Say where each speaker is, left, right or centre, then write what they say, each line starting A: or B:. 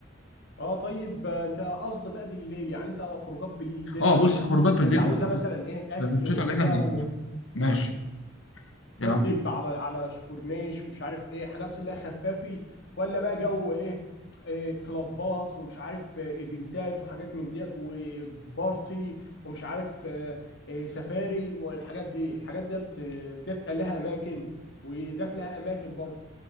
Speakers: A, on the left; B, on the left.
A: اه طيب آه، انت قصد بقى بالليل يعني انت خروجات بالليل ديت
B: اه بص
A: ايه
B: خروجات بالليل
A: انت عاوزها
B: آه،
A: مثلا ايه اكل
B: الانشطه
A: وكده
B: اللي احنا بنعملها
A: وشويه
B: ماشي العم-
A: لب على على ش- كورنيش مش عارف ايه حاجات اللي هي خفافي ولا بقى جو ايه, إيه كلابات ومش عارف آه، ايفنتات وحاجات من ديت وبارتي ومش عارف آه، إيه سفاري والحاجات دي الحاجات ديت آه، ديت لها اماكن وديت لها اماكن برضه